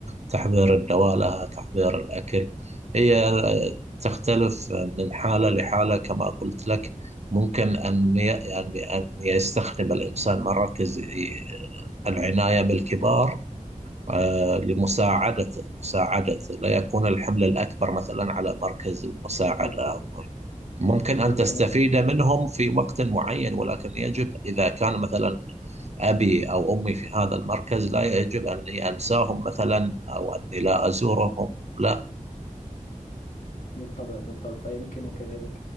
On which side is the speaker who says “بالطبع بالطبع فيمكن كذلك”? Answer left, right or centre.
Left